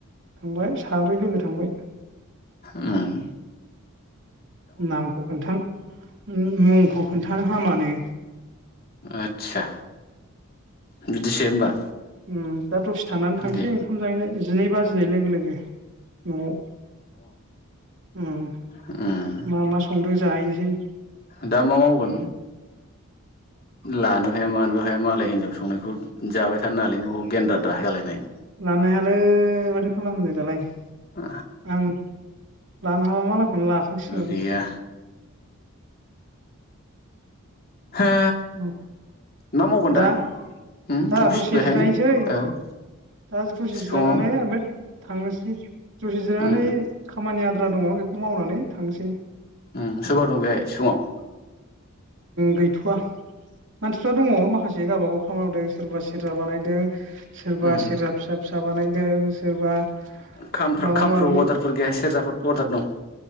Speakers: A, on the right; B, on the left.
A: थांबाय साब्रै लोगो थांबाय
B: ओम
A: नामखौ खोन्थान ओम मुं खौ खोन्थानो हामानो
B: आछचा बिदिसो होमबा
A: ओम दा दसे थानानै थांसै
B: दे
A: ओंखाम जाहैनो जिनै बाजिनाय लोगो लोगो न'आव ओम
B: उम
A: मा मा संदोज जायैनसै
B: दा मा मावगोन लानो हाया मानबो हा आफाया मालाय हिनजाव संनायखौ जाबाय थ थान ननानै लायनोबाव गेन्द्रा दाहाय जालायनाय।
A: लनो हायालय माथो खालामनो दालाय।
B: आ
A: आं लानो हाबा मालांखौनो लाखांसिगोन।
B: गैया हो
A: ओम
B: मा मावगोन
A: दा
B: उम
A: दा
B: अफिस
A: दसे
B: बेहायनो
A: जिरायनोसै
B: ओ
A: दा दसे
B: सिफुङाव
A: जिरायनानै ओमफ्राय थांनोसै। दसे जिरायनानै
B: उम
A: खामानिया आद्रा दङ बेखौ मावनानै थांसै।
B: ओम सोरबा दं बेहाय सिफुंवाव।
A: गैथ'वा मानसिफ्रा दङ माखासे गावबागाव खामानि मावदों सोरबा सेरा बानायदों। सोरबा
B: उम
A: सेरजा फिसा फिसा बानायदों सोरबा
B: खामफ्रा
A: माबा
B: खामफ्राव
A: माबि
B: अर्डारफोर गैया सेरजाफोर अर्डार दं